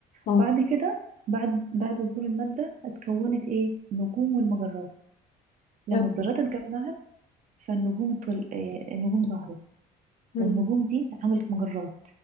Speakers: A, on the left (about 50°); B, on the right (about 50°).
A: اه
B: بعد كده بعد بعد ظهور المادة اتكونت ايه النجوم والمجرات لما
A: طب.
B: الذرات اتجمعت فالنجوم اتول... آه، النجوم ظهرت
A: مم.
B: والنجوم دي عملت مجرات